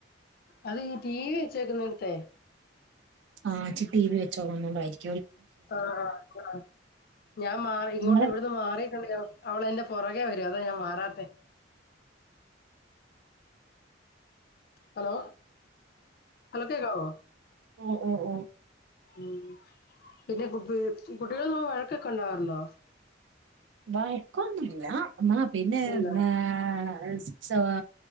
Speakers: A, on the left; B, on the right.
A: അത് ഈ ടി വി വെച്ചേക്കുന്നിടുത്തെ
B: ആഹ് ചി ടി വി വെച്ചോന്നണ്ടായിരികും
A: ആ ആ ഞാൻ മാറി ഇങ്ങോട്ട്
B: നിങ്ങള്
A: ഇവിടുന്ന് മാറി അവളെന്റെ പുറകേ വര്കാ അതാ ഞാൻ മാറാത്തെ ഹലോ ഹലോ കേക്കാവോ
B: ഓഹ് ഓഹ് ഓഹ്
A: ഉം പിന്നെ കു കുട്ടികള്ളോന്നും വഴക്കൊക്കെ ഉണ്ടാവാറുണ്ടോ
B: വഴക്കോന്നില്ല ആ പിന്നെ
A: ഇല്ല
B: എന്നാ റ്റവാ